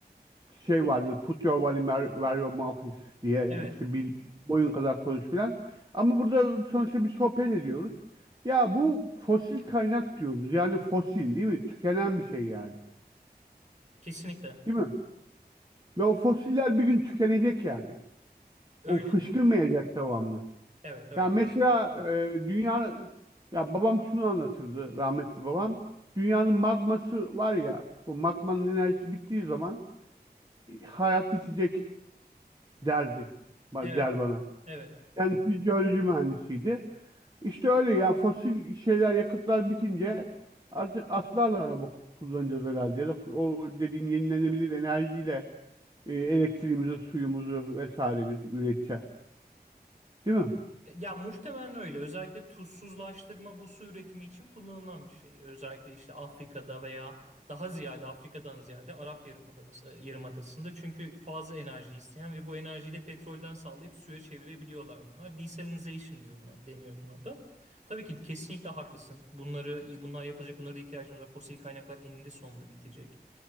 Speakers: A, on the right; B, on the right.
A: şey vardır. Put your money where where your mouth is diye
B: Evet,
A: işte bil, boyun kadar konuş filan. Ama burada sonuçta bir sohbet ediyoruz. Ya bu fosil kaynak diyoruz. Yani fosil değil mi? Tükenen bir şey yani.
B: kesinlikle.
A: Değil mi? Ve o fosiller bir gün tükenecek yani.
B: Öyle.
A: O fışkırmayacak devamlı.
B: Evet, öyle.
A: Ya mesela e, dünya ya babam şunu anlatırdı rahmetli babam. Dünyanın magması var ya. O magmanın enerjisi bittiği zaman e, hayat bitecek derdi. ba-
B: Evet.
A: Der bana.
B: Evet.
A: Kendisi jeoloji mühendisiydi. İşte öyle ya fosil şeyler yakıtlar bitince artık atlarla araba kullanacağız herhalde ya da o dediğin yenilenebilir enerjiyle e, elektriğimizi, suyumuzu vesairemizi üreteceğiz. Değil mi?
B: Ya muhtemelen öyle. Özellikle tuzsuzlaştırma bu su üretimi için kullanılan bir şey. Özellikle işte Afrika'da veya daha ziyade Afrika'dan ziyade Arap Yarımadası, e, Yarımadası'nda. Çünkü fazla enerji isteyen ve bu enerjiyi de petrolden sağlayıp suya çevirebiliyorlar bunlar. Desalinization diyor buna, deniyor buna da. Tabii ki kesinlikle haklısın. Bunları bunlar yapılacak, bunlara da ihtiyacımız var. Fosil kaynaklar eninde sonunda bitecek.